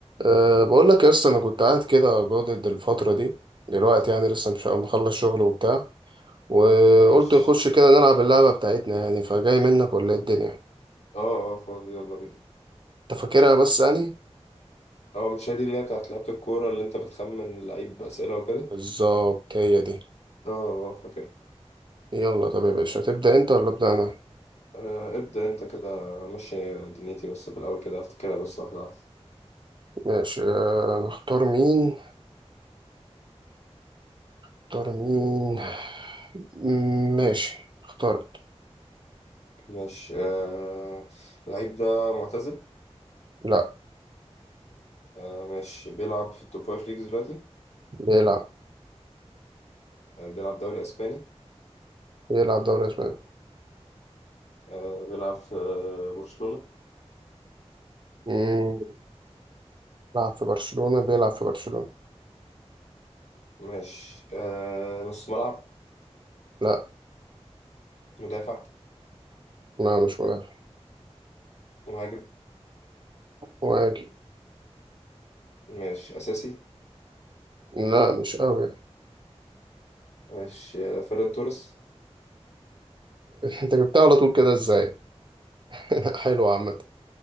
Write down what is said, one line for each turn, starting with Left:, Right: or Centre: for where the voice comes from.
Right: أه بقول لك يا اسطى انا كنت قاعد كده جادد الفتره دي دلوقتي يعني لسه مش مخلص شغل وبتاع وقلت
Left: ماشي
Right: نخش كده نلعب اللعبه بتاعتنا يعني فجاي منك ولا ايه الدنيا
Left: اه اه فاضي يلا بينا
Right: انت فاكرها بس يعني
Left: اه مش هي دي اللي هي بتاعت لعبة الكورة اللي انت بتخمن اللعيب بأسئلة وكده
Right: بالظبط هي دي
Left: اه اه فاكر
Right: يلا طب يا باشا هتبدا انت ولا ابدا انا
Left: آه ابدأ انت كده ماشي دنيتي بس في الأول كده افتكرها بس واحدة واحدة
Right: ماشي أه نختار مين نختار مين مم، ماشي اخترت
Left: ماشي آه اللعيب ده معتزل
Right: لا
Left: آه ماشي بيلعب في التوب فايف ليجز دلوقتي
Right: بيلعب
Left: آه بيلعب دوري أسباني
Right: بيلعب دوري اسباني
Left: آه بيلعب في آه برشلونة
Right: مم، بيلعب في برشلونه بيلعب في برشلونه
Left: ماشي آه نص ملعب
Right: لا
Left: مدافع
Right: لا مش مدافع
Left: مهاجم
Right: مهاجم
Left: ماشي أساسي
Right: لا مش قوي <laughs>
Left: ماشي آه فيران توريس
Right: انت جبتها على طول كده ازاي <laughs> حلو عامة